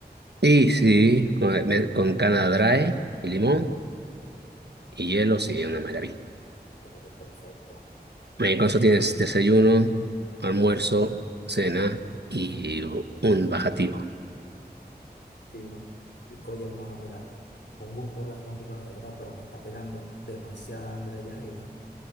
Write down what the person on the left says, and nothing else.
Colle, perfecto.
Fino. Y Colle, hermano, mira, un gusto hablar contigo, la verdad, pero me está pegando demasiada hambre ya y bueno,